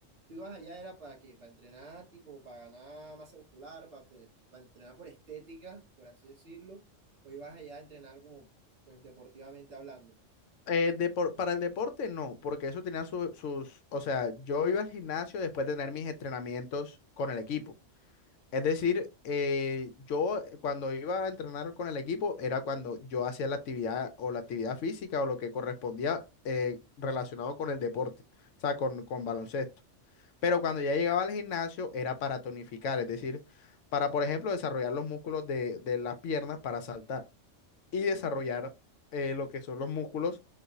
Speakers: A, on the right (about 50°); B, on the left (about 75°).
A: tú ibas allá era para qué? Para entrenar, tipo, para ganar masa muscular, para, obtener- para entrenar por estética, por así decirlo, o ibas allá a entrenar como, pues, deportivamente hablando.
B: eh, depor- para el deporte no, porque eso tenía su- sus, o sea, yo iba al gimnasio después de tener mis entrenamientos con el equipo. Es decir, eh, yo eh, cuando iba a entrenar con el equipo era cuando yo hacía la actividad o la actividad física o lo que correspondía eh, relacionado con el deporte, o sea, con, con baloncesto. Pero
A: Ya,
B: cuando ya llegaba al gimnasio era para tonificar, es decir, para, por ejemplo, desarrollar los músculos de, de las piernas para saltar y desarrollar
A: no, ok.
B: eh, lo que son los músculos